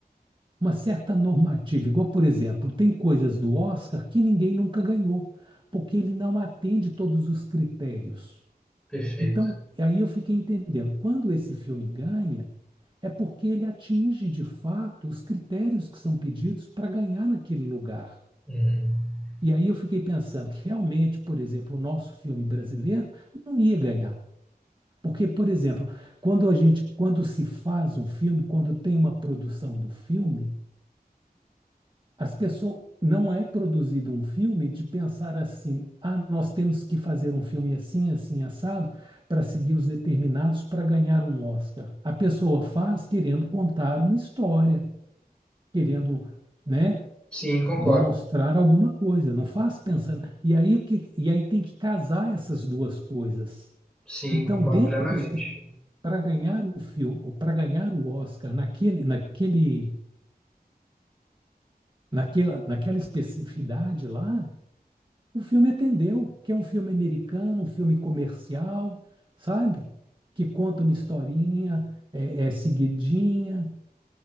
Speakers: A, on the right; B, in the centre.
A: uma certa normativa. Igual, por exemplo, tem coisas do Oscar que ninguém nunca ganhou, porque ele não atende todos os critérios.
B: Perfeito.
A: Então, aí eu fiquei entendendo, quando esse filme ganha, é porque ele atinge de fato os critérios que são pedidos para ganhar naquele lugar.
B: Uhum.
A: E aí eu fiquei pensando que realmente, por exemplo, o nosso filme brasileiro não ia ganhar. Porque, por exemplo, quando a gente, quando se faz um filme, quando tem uma produção do filme, As pessoas não é produzido um filme de pensar assim, ah, nós temos que fazer um filme assim, assim, assado, para seguir os determinados para ganhar um Oscar. A pessoa faz querendo contar uma história, querendo, né,
B: Sim, concordo.
A: demonstrar alguma coisa, não faz pensando. E aí o que, e aí tem que casar essas duas coisas.
B: Sim,
A: Então,
B: concordo
A: dentro
B: plenamente.
A: dos critérios para ganhar o filme, ou para ganhar o Oscar naquele, naquele, naquela, naquela especificidade lá, O filme atendeu, que é um filme americano, um filme comercial, sabe? Que conta uma historinha, é, é seguidinha.